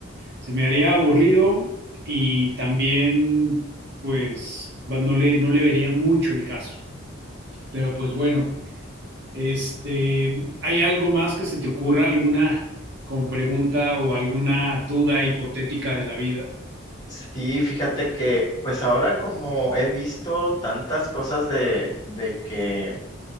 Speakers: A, on the right (about 55°); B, on the left (about 20°).
A: se me haría aburrido y también, pues, va- no le, no le vería mucho el caso. Pero pues bueno, este, ¿hay algo más que se te ocurra? ¿Alguna como pregunta o alguna duda hipotética de la vida?
B: Sí, fíjate que pues ahora como he visto tantas cosas de, de que